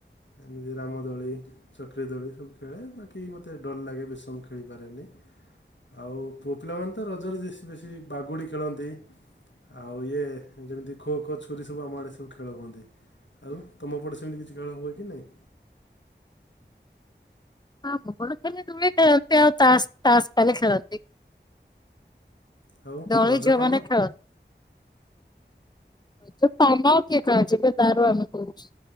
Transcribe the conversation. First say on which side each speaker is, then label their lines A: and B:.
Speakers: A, on the left; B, on the left.
A: ଏମିତି ରାମଦୋଳି ଚକିରି ଦୋଳି ସବୁ ଖେଳେ ବାକି ମୋତେ ଡର ଲାଗେ ବେଶୀ ସମୟ ଖେଳିପାରେନି। ଆଉ ପୁଅ ପିଲାମାନେ ତ ରଜରେ ଯେ ଶୀ ବେଶୀ ବାଗୁଡ଼ି ଖେଳନ୍ତି। ଆଉ ଇଏ ଯେମିତି ଖୋ ଖୋ ଛୁରୀ ସବୁ ଆମ ଆଡେ ସବୁ ଖେଳ ହୁଅନ୍ତି। ଆଉ ତୁମ ପଟେ ସେମିତି କିଛି ଖେଳ ହୁଏ କି ନାହିଁ।
B: ହଁ ଆମ ପଟେ ଖାଲି ଦୋଳି ଖେଳନ୍ତି ଆଉ ତାସ ତାସ କଲି ଖେଳନ୍ତି।
A: ହୁଁ ଆଉ
B: ଦୋଳି
A: ରଜପାନ।
B: ଝିଅ ମାନେ ଖେଳନ୍ତି। ସେ ପାନ ଆଉ କିଏ ଖାଉଛି ଏବେ ତାର ଆମେ କହୁଛୁ